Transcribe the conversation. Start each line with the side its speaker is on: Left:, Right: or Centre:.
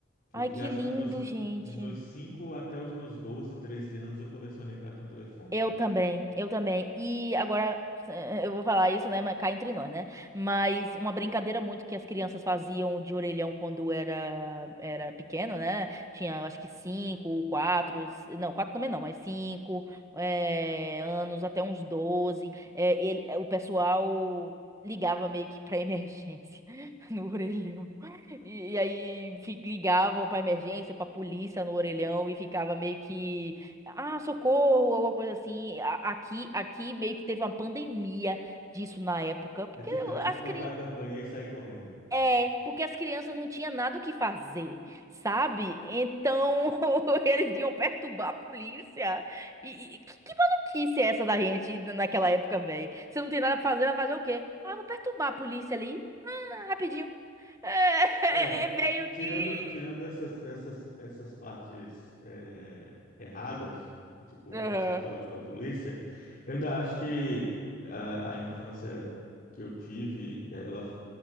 Left: Porque
Right: Ai, que
Left: acho
Right: lindo,
Left: que dos,
Right: gente.
Left: dos meus 5 até os meus 12, 13 anos eu colecionei cartão telefônico.
Right: Eu também, eu também. E agora eh, eu vou falar isso, né? Mas cá entre nós, né? Mas uma brincadeira muito que as crianças faziam de orelhão quando era era pequeno, né? Tinha, eu acho que cinco, quatro, s- não, quatro também não, mas cinco eh, anos até uns doze. Eh, ele- eh, o pessoal ligava meio que para emergência <laughs> no orelhão. E, e aí fi- ligava para emergência, para polícia no orelhão e ficava meio que ah, socorro, alguma coisa assim. A- Aqui, aqui meio que teve uma pandemia disso na época, porque
Left: É ti- Era tipo
Right: as
Left: tocar
Right: cri...
Left: a campainha e sair correndo.
Right: é, porque as crianças não tinham nada o que fazer, sabe? Então <laughs> eles iam perturbar a polícia. E, e- que, que maluquice é essa da gente naquela época, velho? Você não tem nada pra fazer, vai fazer o quê? Ah, vou perturbar a polícia ali. Ah, rapidinho. É,
Left: É.
Right: <laughs> é meio
Left: Tirando,
Right: que.
Left: tirando essas, essas, essas partes é, erradas, tipo
Right: Aham.
Left: passar trote para a polícia, eu ainda acho que a, a infância que eu tive, ela